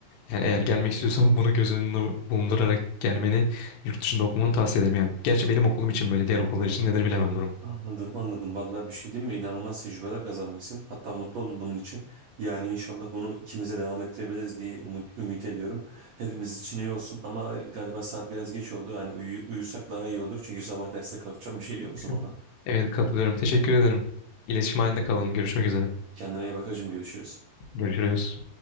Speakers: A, on the left; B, on the right.
A: Yani eğer gelmek istiyorsan bunu göz önüne bulundurarak gelmeni, yurt dışında okumanı tavsiye ederim. Yani gerçi benim okulum için böyle, diğer okullar için nedir bilemem durum.
B: Anladım anladım. Vallahi bir şey diyeyim mi? İnanılmaz tecrübeler kazanmışsın. Hatta mutlu oldum bunun için. Yani inşallah bunu ikimize devam ettirebiliriz diye umut, ümit ediyorum. Hepimiz için iyi olsun ama galiba saat biraz geç oldu. Yani uyu- uyusak daha iyi olur. Çünkü sabah derse kalkacağım. Bir şey diyor musun
A: <laughs>
B: bana?
A: Evet katılıyorum. Teşekkür ederim. İletişim halinde kalalım. Görüşmek üzere.
B: Kendine iyi bak hacım görüşürüz.
A: Görüşürüz.